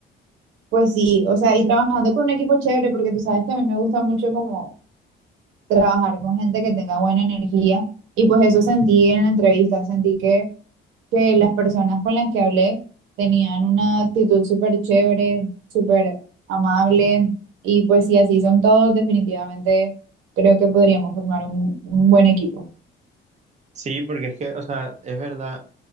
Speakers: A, on the right; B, on the right.
A: Pues sí, o sea, y trabajando con un equipo chévere, porque tú sabes que a mí me gusta mucho como trabajar con gente que tenga buena energía, y pues eso sentí en la entrevista, sentí que, que las personas con las que hablé tenían una actitud súper chévere, súper amable, y pues si así son todos, definitivamente creo que podríamos formar un, un buen equipo.
B: Sí, porque es que, o sea, es verdad,